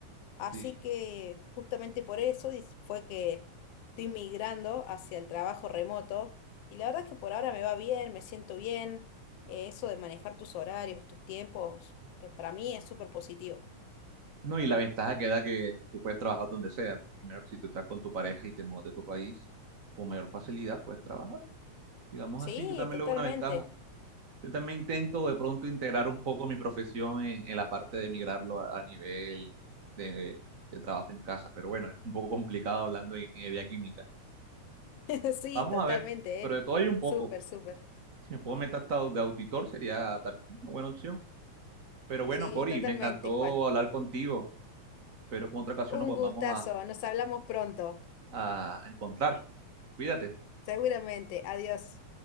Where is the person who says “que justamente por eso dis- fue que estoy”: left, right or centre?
Left